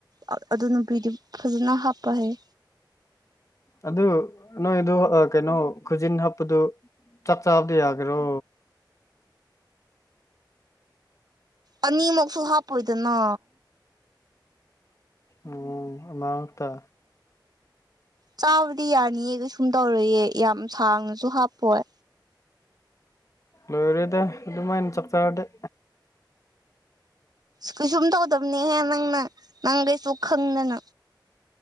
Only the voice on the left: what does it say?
ꯑꯗꯨ ꯅꯣꯏ ꯑꯗꯨ ꯑ ꯀꯩꯅꯣ ꯈꯨꯖꯤꯟ ꯍꯛꯄꯗꯨ ꯆꯥꯛ ꯆꯥꯕꯗꯤ ꯌꯥꯒꯦꯔꯣ
ꯑꯣ ꯑꯃꯥ ꯇ
ꯂꫭꯏꯔꯦꯗ ꯑꯗꯨꯃꯥꯟ ꯆꯥꯛꯆꯔꯗꯤ